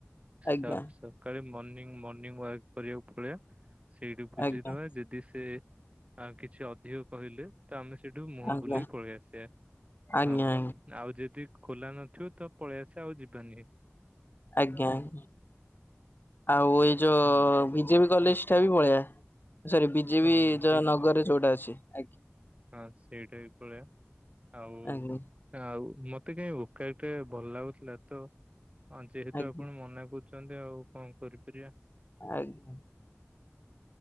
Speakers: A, on the right; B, on the left.
A: ସ-
B: ଆଜ୍ଞା
A: ସ-। କାଳେ ମର୍ନିଙ୍ଗ ମର୍ନିଙ୍ଗ ୱାକ୍ କରିବାକୁ ପଳେଇବା। ସେଇଠି ବୁଝିଦବା
B: ଆଜ୍ଞା
A: ଯଦି ସେ ଆଉ କିଛି ଅଧିକ କହିଲେ ତ ଆମେ ସେଇଠୁ ମୁହଁ
B: ଆଜ୍ଞା
A: ବୁଲିଇ ପଳେଇ ଆସିବା।
B: ଆଜ୍ଞା
A: ହଁ
B: ଆଜ୍ଞା
A: ନା ଆଉ ଯେ ଯଦି ଖୋଲା ନଥିବ ତ ପଳେଇ ଆସିବା ଆଉ ଯିବାନି।
B: ଆଜ୍ଞା ଆଜ୍ଞା ଆଉ ଏଇ ଯୋଉ
A: ହୁଁ।
B: ବିଜେପି କଲେଜ ଜଟା ବି ପଳେଇବା ସରି ବିଜେପି
A: ହଁ ଦି
B: ନଗରରେ ଯୋଉଟା ଅଛି। ଆଜ୍ଞା
A: ହଁ ସେଇଟା ବି ପଳେଇବା ଆଉ
B: ଆଜ୍ଞା
A: ଆଉ ମତେ କାଇହି ଭୋକା ଟେ ଭଲ ଲାଗୁଥିଲା ତ ଯେହେତୁ
B: ଆଜ୍ଞା।
A: ଆପଣ ମନା କରୁ କରୁଛନ୍ତି ଆଉ କଣ କରିପାରିବା।
B: ଆଜ୍ଞା।